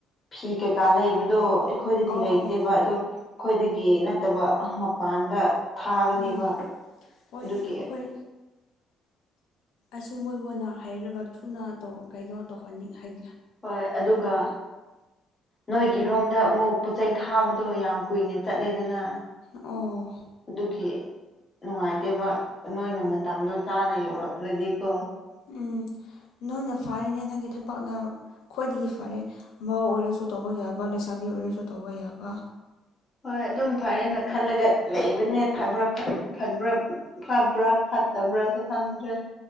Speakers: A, on the left; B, on the left.
A: ꯐꯤ ꯀꯩꯀꯥ ꯂꯩꯕꯗꯣ ꯑꯩꯈꯣꯏꯗꯗꯤ
B: ꯑꯧ
A: ꯂꯩꯇꯦꯕ
B: ꯑꯧ
A: ꯑꯗꯣ ꯑꯩꯈꯣꯏꯗꯒꯤ ꯅꯠꯇꯕ ꯃꯄꯥꯟꯗ ꯊꯥꯒꯅꯦꯕ
B: ꯎꯝ ꯍꯣꯏ
A: ꯑꯗꯨꯒꯤ
B: ꯑꯩꯈꯣꯏ ꯑꯁꯨꯝ ꯃꯣꯏꯕꯨꯅ ꯍꯥꯏꯩꯔꯒ ꯊꯨꯅ ꯇꯧ ꯀꯩ ꯀꯩꯅꯣ ꯇꯧꯍꯟꯅꯤꯡ ꯍꯥꯏ
A: ꯍꯣꯏ ꯑꯗꯨꯒ ꯅꯣꯏꯒꯤꯔꯣꯝꯗ ꯑꯃꯨꯛ ꯄꯣꯠ ꯆꯩꯩ ꯊꯥꯕꯗꯣ ꯌꯥꯝ ꯀꯨꯏꯅ ꯆꯠꯂꯦꯗꯅ
B: ꯎꯝ
A: ꯑꯗꯨꯒꯤ ꯅꯨꯡꯉꯥꯏꯇꯦꯕ ꯅꯣꯏꯅ ꯃꯇꯝꯗꯣ ꯆꯥꯅ ꯌꯧꯔꯛꯇ꯭ꯔꯗꯤꯀꯣ
B: ꯎꯝ ꯅꯣꯏꯅ ꯐꯥꯔꯤꯅꯦ ꯅꯪꯒꯤ ꯊꯕꯛꯅ ꯈ꯭ꯋꯥꯏꯗꯒꯤ ꯐꯔꯦ ꯃꯍꯎ ꯑꯣꯏꯔꯁꯨ ꯇꯧꯕ ꯌꯥꯕ ꯂꯩꯁꯥꯕꯤ ꯑꯣꯏꯔꯁꯨ ꯇꯧꯕ ꯌꯥꯕ
A: ꯍꯣꯏ ꯑꯗꯨꯝ ꯐꯔꯦꯅ ꯈꯜꯂꯒ ꯂꯩꯕꯅꯦ ꯐꯕ꯭ꯔꯥ ꯐꯕ꯭ꯔꯥ ꯐꯥꯕ꯭ꯔꯥ ꯐꯠꯇꯕ꯭ꯔꯥꯁꯨ ꯈꯪꯗ꯭ꯔꯦ